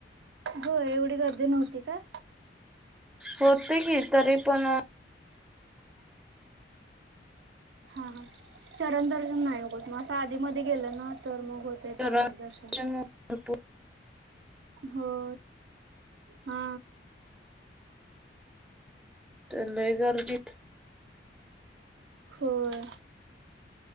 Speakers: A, on the right (about 75°); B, in the centre.
A: होय एवढी गर्दी नव्हती काय
B: होती की, तरी पण
A: हा हा, चरण दर्शन नाय होत. म अस आधी मधी गेलं ना तर मग होत तय.
B: भरपूर
A: चांगल दर्शन होय. हा
B: तर लय गर्दी
A: होय.